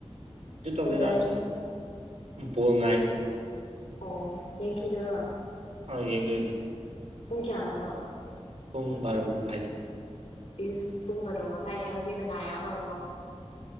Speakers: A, on the right; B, on the left.
A: ꯀꯩꯁꯨ ꯇꯧꯗꯦꯗ
B: ꯀꯩꯗꯧꯔꯤꯅꯣ
A: ꯁꯨꯝ ꯕꯣꯜ ꯉꯥꯏꯔꯤ
B: ꯑꯣ ꯌꯦꯡꯈꯤꯗꯣꯏꯔꯣ
A: ꯑ ꯌꯦꯡꯗꯣꯏꯅꯤ
B: ꯄꯨꯡ ꯀꯌꯥꯅꯣ
A: ꯄꯨꯡ ꯕꯥꯔꯣ ꯃꯈꯥꯏꯗ
B: ꯏꯁ ꯄꯨꯡ ꯕꯥꯔꯣ ꯃꯈꯥꯏꯒꯤ ꯍꯧꯖꯤꯛꯅ ꯉꯥꯏꯔꯣ ꯍꯧꯔꯕꯣ